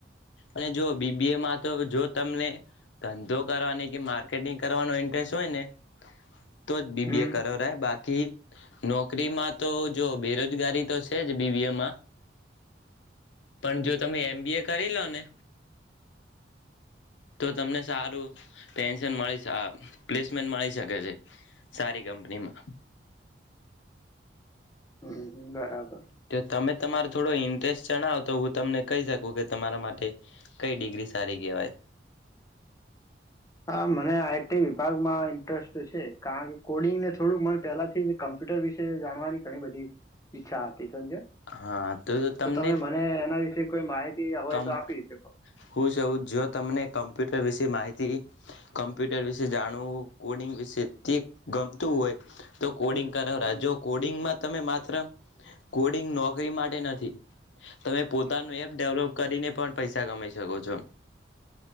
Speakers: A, on the left (about 85°); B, on the left (about 20°).
A: અને જો બી બી એમાં તો જો તમને ધંધો કરવાની માર્કેટિંગ કરવાનો ઇન્ટરેસ્ટ હોય ને. તો જ બી બી
B: હમ હમ
A: એ કરો બાકી નોકરીમાં તો જો બેરોજગારી તો છે જ બી બીએમાં, પણ જો તમે એમ બી કરી લો ને, તો તમને સારું- પટેન્શન મળી આ પ્લેસમેન્ટ મળી શકે છે, સારી કંપનીમાં.
B: હમ હ બરાબર.
A: તો તમે તમારો થોડો ઇન્ટરેસ્ટ જણાવો તો હું તમને કહી શકું કે તમારા માટે, કઈ ડિગ્રી સારી કહેવાય.
B: હા મને આઈ ટી વિભાગ માં ઇન્ટરેસ્ટ છે કારણ કે કોડિંગ ને થોડુંક મને પેલાથી કમ્પ્યુટર વિશે જાણવાની ઘણી બધી ઈચ્છા હતી. જ,
A: હા તમને
B: તો તમે મને એના વિશે કોઈ માહિતી હોય
A: હું
B: તો આપી શકો
A: કહું જો તમને કમ્પ્યુટર વિશે માહિતી, કમ્પ્યુટર વિશે જાણવું કોડિંગ વિશે તે ગમતું હોય, તો કોડિંગ કરાવ
B: હમ
A: રાજ જો કોડિંગમાં તમે માત્ર, કોડિંગ નોકરી માટે નથી, તમે પોતાનું એપ ડેવલોપ કરીને પણ પૈસા કમાઈ શકો છો,